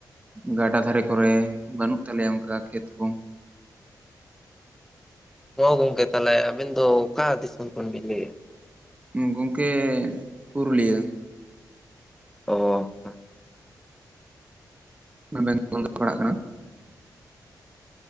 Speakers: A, on the right; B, in the centre.
A: ᱜᱟᱰᱟ ᱫᱷᱟᱨᱮ ᱠᱚᱨᱮ ᱵᱟᱹᱱᱩᱜ ᱛᱟᱞᱮᱭᱟ ᱚᱱᱠᱟ ᱠᱷᱮᱛ ᱠᱚ᱾
B: ᱦᱚ ᱜᱚᱝᱠᱮ ᱛᱟᱦᱚᱞᱮ ᱟᱹᱵᱤᱱ ᱫᱚ ᱚᱠᱟ ᱫᱤᱥᱚᱢ ᱠᱷᱚᱱ ᱵᱤᱱ ᱞᱟᱹᱭᱮᱫᱼᱟ?
A: ᱜᱚᱝᱠᱮ ᱯᱩᱨᱩᱞᱤᱭᱟᱹ
B: ᱚ
A: <unintelligible> -- ᱯᱟᱲᱟᱜ ᱠᱟᱱᱟ <inaudible>